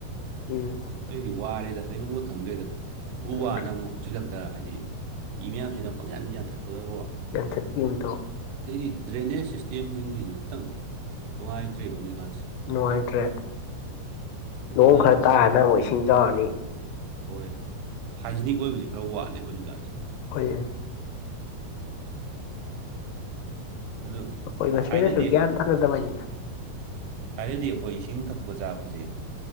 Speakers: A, on the left; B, on the right.
A: ꯎꯝ
B: ꯑꯩꯗꯤ ꯋꯥꯔꯦꯗ ꯂꯩꯐꯝꯨꯡꯒ ꯈꯪꯗ꯭ꯔꯦꯗ ꯎ
A: ꯈꯪꯗ꯭ꯔꯦ
B: ꯋꯥꯅ ꯑꯃꯨꯛ ꯍꯧꯥꯎꯁꯤꯜꯂꯛꯇ ꯍꯥꯏꯗꯤ ꯃꯤ ꯃꯌꯥꯝꯁꯦ ꯑꯗꯨ ꯄꯪꯁꯥꯟ ꯖꯟ ꯊꯠꯄꯒꯀꯣ
A: ꯌꯥꯟꯊꯠꯄꯤ ꯑꯃꯨꯇꯥꯎ
B: ꯑꯗꯩꯗꯤ ꯗ꯭ꯔꯦꯅꯦꯖ ꯁꯤꯁꯇꯦꯝꯁꯤꯡꯁꯤꯁꯨ ꯈꯤꯇꯪ ꯅꯨꯡꯉꯥꯏꯇ꯭ꯔꯦꯕ ꯍꯧꯖꯤꯛꯀꯥꯟꯁꯦ
A: ꯅꯨꯡꯉꯥꯏꯇ꯭ꯔꯦ
B: ꯑꯗꯨꯅ
A: ꯅꯣꯡ ꯈꯔ ꯇꯥꯔꯅ ꯑꯃꯨꯛ ꯏꯁꯤꯡ ꯆꯥꯎꯔꯅꯤ
B: ꯍꯣꯏ ꯍꯥꯏꯖꯤꯅꯤꯛ ꯑꯣꯏꯕꯁꯤ ꯈꯔ ꯋꯥꯠꯂꯦꯕ ꯍꯧꯖꯤꯛꯀꯥꯟꯁꯦ
A: ꯑꯩꯈꯣꯏ
B: ꯑꯗꯨ
A: ꯍꯣꯏ ꯃꯁꯦꯟꯗꯁꯨ
B: ꯊꯥꯏꯅꯗꯤ
A: ꯒ꯭ꯌꯥꯟ ꯇꯥꯅꯗꯕꯅꯤꯅ
B: ꯊꯥꯏꯅꯗꯤ ꯑꯩꯈꯣꯏ ꯏꯁꯤꯡ ꯊꯛꯄ ꯆꯥꯕꯁꯦ